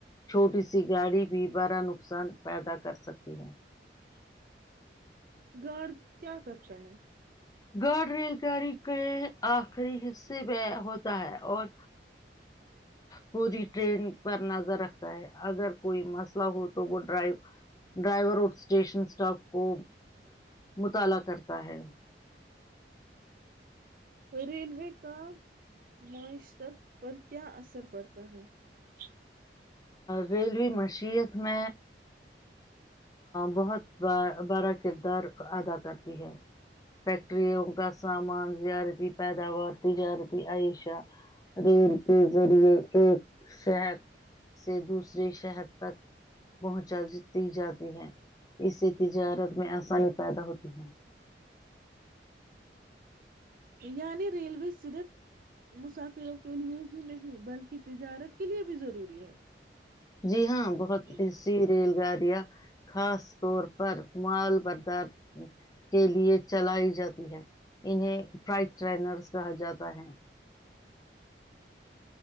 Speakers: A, on the left; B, on the right.
A: چھوٹی سی گاڑی بھی بڑا نقصان پیدا کر سکتی ہے <unintelligible>
B: گارڈ کیا کرتا ہے <unintelligible>
A: گارڈ ریل گاڑاری کے آخری حصے میں ہوتا ہے اور پوری ٹرین پر نظر رکھتا ہے اگر کوئی مسئلہ ہو تو وہ ڈ ڈرائیور اور اسٹیشن اسٹاف کو مطالعہ کرتا ہے <unintelligible>
B: ریلوے کا <unintelligible> معیشرت پر کیا اثر پڑتا ہے <unintelligible>
A: ریلوی مشت میں <unintelligible> بہت بڑا کردار ادا کرتی ہے فیکٹریوں کا سامان زیارتی پیداوار تجارتی عائشہ ریل کے ذریعے ایک شہر سے دوسرے شہر تک پہنچای ج <unintelligible> ہیں اسے تجارت <unintelligible> میں آسانی پیدا ہوتی ہے <unintelligible>
B: یعنی ریلوے صرف مسافروں کے لیے ہی نہیں بلکہ تجارت کے لیے بھی ضروری ہے <unintelligible>
A: جی ہاں <unintelligible> بہت ای
B: فلائی
A: سی ریل گاڑیاں <unintelligible> خاص طور پر مال بردار کے لیے چلائی جاتی ہے انہیں فائٹ ٹنر کہا جاتا ہے <unintelligible>